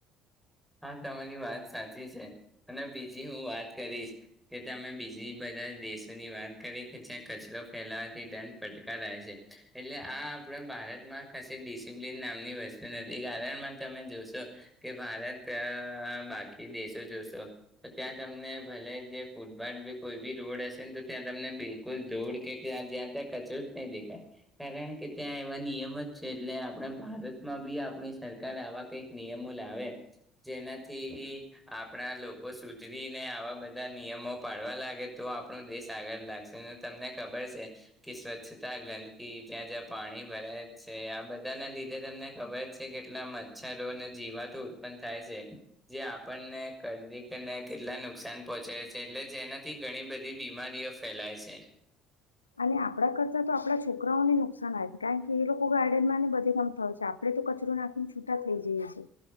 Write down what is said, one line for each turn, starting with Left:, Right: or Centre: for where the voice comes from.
Centre: હા તમારી વાત સાચી છે અને બીજી હું વાત કરીશ કે તમે બીજી બધા દેશોની વાત કરી કે જ્યાં કચરો ફેલાવાથી દંડ પટકારાય છે એટલે આ આપણા ભારતમાં કસે ડિસિપ્લન નામની વસ્તુ નથી કારણમાં તમે જોશો કે ભારત અ બાકી દેશો જોશો તો ત્યાં તમને ભલે જે ફૂટપાથ કે કોઈ બી રોડ હશે ને તો ત્યાં તમને બિલકુલ દોડ કે્યા જ્યાં ત્યાં કચરો જ નહી દેખાય કારણ કે ત્યાં એવા નિયમ જ છે એટલે આપણે ભારતમાં બી આપણી સરકાર આવા કઈક નિયમો લાવે જેનાથી ઈ આપણા લોકો સુધરીને આવા બધા નિયમો પાડવા લાગે તો આપણો દેશ આગળ લાગશે અને તમને ખબર છે કે સ્વચ્છતા ગંદકી જ્યાં જ્યાં પાણી ભરાય છે આ બધા ના લીધે તમને ખબર છે કેટલા મચ્છરોને જીવાતો ઉત્પન થાય છે જે આપણને કદીને કેટલા નુકસાન પહોંચા છે એટલે જેનાથી ઘણી બધી બીમારીઓ ફેલાય છે
Left: અને આપણા કરતા તો આપડા છોકરાઓને નુકસાન આવે કારણ કે એ લોકો ગાર્ડનમાંને બધે રમતા હોય છે આપડણે તો કચરો નાખીને છૂટા થઈ જઈએ છે